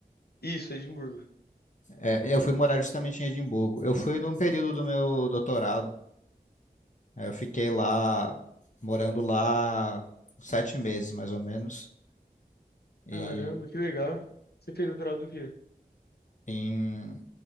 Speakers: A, on the left; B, on the left.
A: Isso, Edimburgo.
B: É, eu fui morar justamente em Edimburgo. Eu fui num período do meu doutorado. Aí Eu fiquei lá, morando lá, sete meses, mais ou menos, e
A: Caramba, que legal. Você fez doutorado do quê?
B: em